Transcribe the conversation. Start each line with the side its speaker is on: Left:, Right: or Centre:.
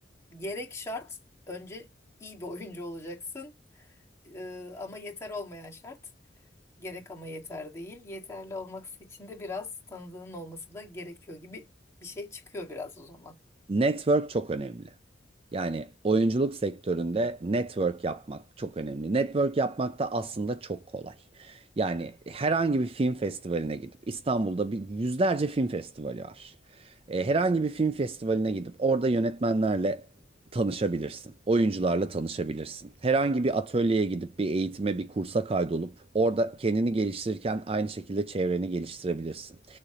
Left: gerek şart önce iyi bir oyuncu olacaksın E, ama yeter olmayan şart. Gerek ama yeter değil. Yeterli olması için de biraz tanıdığın olması da gerekiyor gibi bir şey çıkıyor biraz o zaman.
Right: Network çok önemli. Yani oyunculuk sektöründe network yapmak çok önemli. Network yapmak da aslında çok kolay. Yani herhangi bir film festivaline gidip İstanbul'da bir yüzlerce film festivali var. E, herhangi bir film festivaline gidip orada yönetmenlerle tanışabilirsin. Oyuncularla tanışabilirsin. Herhangi bir atölyeye gidip bir eğitime, bir kursa kaydolup orada kendini geliştirirken aynı şekilde çevreni geliştirebilirsin.